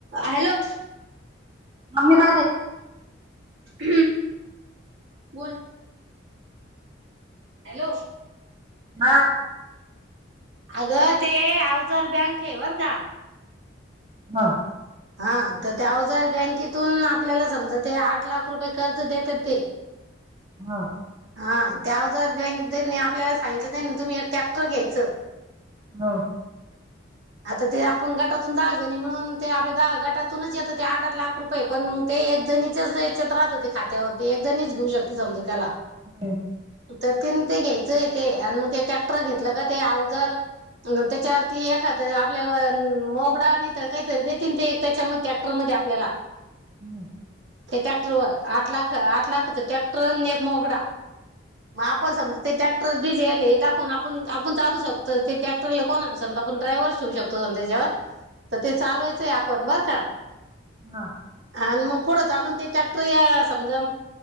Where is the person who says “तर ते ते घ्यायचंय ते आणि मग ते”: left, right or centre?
Right